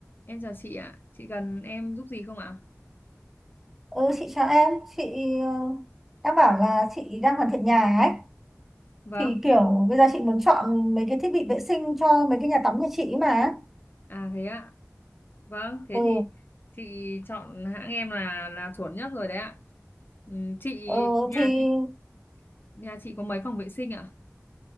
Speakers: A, on the left; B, in the centre.
A: Em chào chị ạ, Chị cần em giúp gì không ạ?
B: Ừ, chị chào em, chị ờ, đã bảo là chị đang hoàn thiện nhà ấy
A: Vâng,
B: thì kiểu bây giờ chị muốn chọn mấy cái thiết bị vệ sinh cho mấy cái nhà tắm nhà chị ấy mà.
A: à thế ạ. Vâng, thế
B: Ừ,
A: thì chị chọn hãng em là là chuẩn nhất rồi đấy ạ. Ừ, chị
B: ờ,
A: nhà
B: thì
A: chị nhà chị có mấy phòng vệ sinh ạ?